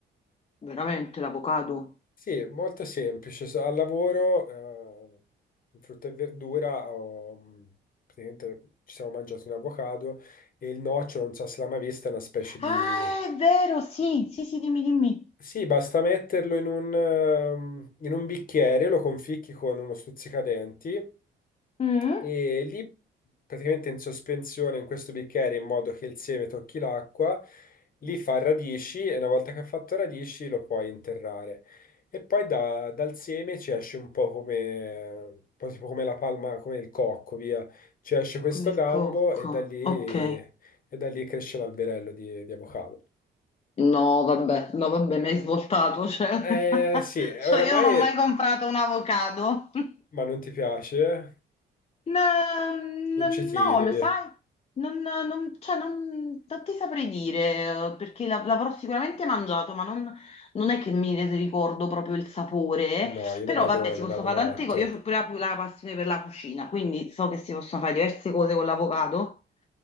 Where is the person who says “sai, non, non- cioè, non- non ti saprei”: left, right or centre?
Left